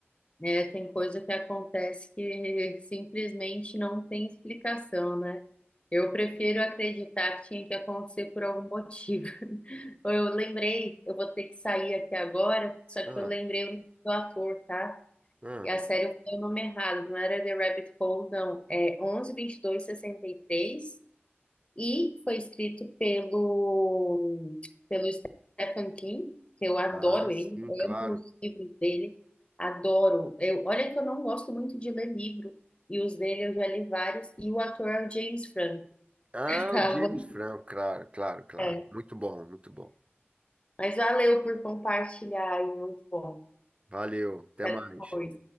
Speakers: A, on the left; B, on the right.
A: né tem coisa que acontece que simplesmente não tem explicação, né? Eu prefiro acreditar que tinha que acontecer por algum motivo. <laughs> Eu lembrei, eu vou ter que sair aqui agora, só
B: Ah,
A: que eu lembrei o nome do ator, tá?
B: ah,
A: E a série foi o nome errado, não era The Rabbit Hole, não. É onze vinte e dois sessenta e três E foi escrito pelo, pelo Stephen King, que eu adoro
B: ah, sim,
A: ele, eu
B: claro.
A: amo os livros dele, adoro. Eu, olha que eu não gosto muito de ler livro, e os dele eu já li vários, e o ator é o James Franco,
B: Ah,
A: <laughs> tá
B: o James
A: bom?
B: Franco, claro, claro, claro.
A: É.
B: Muito bom, muito bom.
A: Mas valeu por compartilhar, e muito bom.
B: Valeu, até
A: Até
B: mais.
A: depois.